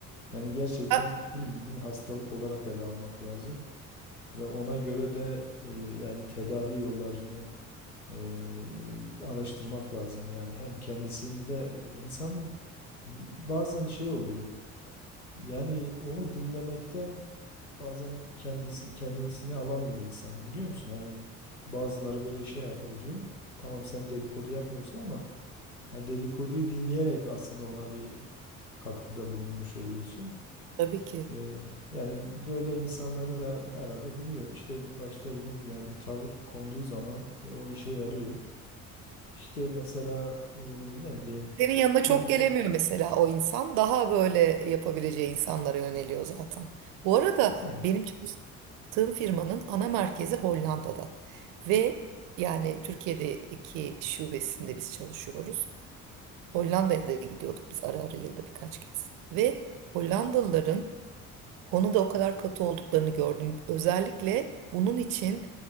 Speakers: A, on the left; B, on the right.
A: Yani gerçekten
B: Ha,
A: bildiğin hastalık olarak ele almak lazım ve ona göre de e, yani tedavi yollarını e, araştırmak lazım yani hem kendisinde insan bazen şey oluyor Yani onu dinlemekten bazen kendisi kendisini alamıyor insan biliyor musun? Hani bazıları böyle şey yapabiliyor. Tamam sen dedikodu yapmıyorsun ama yani dedikoduyu dinleyerek aslında ona bir katkıda bulunmuş oluyorsun.
B: Tabii ki.
A: Ee, yani böyle insanları da herhalde bilmiyorum. İşte başta dediğim gibi yani bir tavır konduğu zaman e, o işe yarıyor. İşte mesela e, ne bileyim
B: Senin yanına çok
A: yani
B: gelemiyor mesela o insan. Daha böyle yapabileceği insanlara yöneliyor zaten. Bu arada
A: e,
B: benim çalıştığım firmanın ana merkezi Hollanda'da. Ve yani Türkiye'deki şubesinde biz çalışıyoruz. Hollanda'ya da gidiyorduk biz ara ara yılda birkaç kez. Ve Hollandalıların konuda o kadar katı olduklarını gördüm. Özellikle bunun için